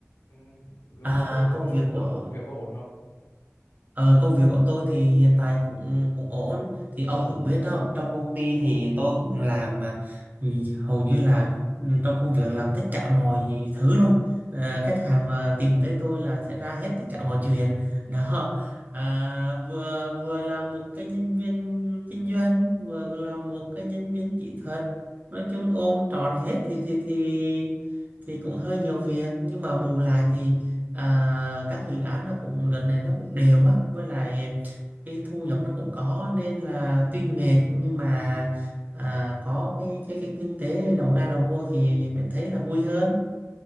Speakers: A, on the left (about 70°); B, on the right (about 35°).
A: Ừ, lương
B: À,
A: lậu
B: công
A: có
B: việc
A: công,
B: của
A: công việc có ổn không
B: Ờ, công việc của tôi thì hiện tại cũng cũng ổn thì ông cũng biết đó trong công ty thì tôi cũng làm mà ừ, hầu như là ừ, trong công việc làm tất cả mọi thứ luôn Ờ, khách hàng mà tìm tới tôi là sẽ ra hết tất cả mọi chuyện đó à, vừa vừa là một cái nhân viên kinh doanh vừa là một cái nhân viên kỹ thuật nói chung ôm trọn hết thì thì thì thì cũng hơi nhiều việc nhưng mà bù lại thì à, các dự án nó cũng đợt này nó cũng đều á với lại cái thu nhập nó cũng có nên là tuy mệt nhưng mà à, có cái cái cái kinh tế đầu ra đầu vô thì mình thấy là vui hơn